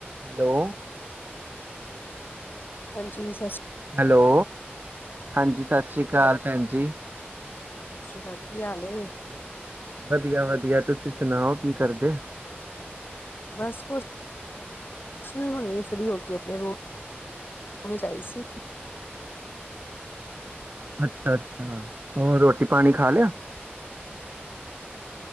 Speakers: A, on the right (about 50°); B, on the left (about 55°).
A: Hello.
B: ਹਾਂਜੀ ਸਸ।
A: Hello, ਹਾਂਜੀ, ਸਤਿ ਸ੍ਰੀ ਅਕਾਲ ਭੈਣ ਜੀ।
B: ਸਤਿ ਸ੍ਰੀ ਅਕਾਲ ਕੀ ਹਾਲ ਏ।
A: ਵਧੀਆ, ਵਧੀਆ ਤੁਸੀਂ ਸੁਣਾਓ ਕੀ ਕਰਦੇ।
B: ਬਸ ਕੁ ਛ ਨੀ ਹੁਨੇ ਫ੍ਰੀ ਹੋ ਕੇ ਆਪਨੇ ਰੂਮ ਮ ਆਈ ਸੀ।
A: ਅੱਛਾ, ਅੱਛਾ ਹੋਰ ਰੋਟੀ ਪਾਨੀ ਖਾ ਲਿਆ?